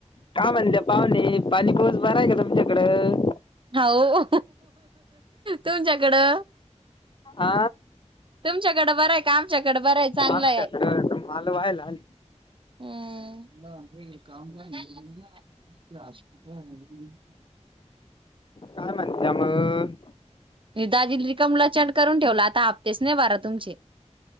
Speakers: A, on the left; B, on the right.
A: का म्हणत्या पाहुणे, पाणी पाऊस बरा आहे का तुमच्याकडं?
B: हो तुमच्याकडं.
A: आ
B: तुमच्याकडं बरं आहे का आमच्याकडं बरं आहे चांगलं
A: आमच्याकडे
B: आहे.
A: माल व्हायला आली
B: <unintelligible> <unintelligible>
A: काय म्हणत्या मग?
B: दाजी रिकामलचांड करून ठेवला आता. नाही बारा
A: <inaudible>
B: तुमचे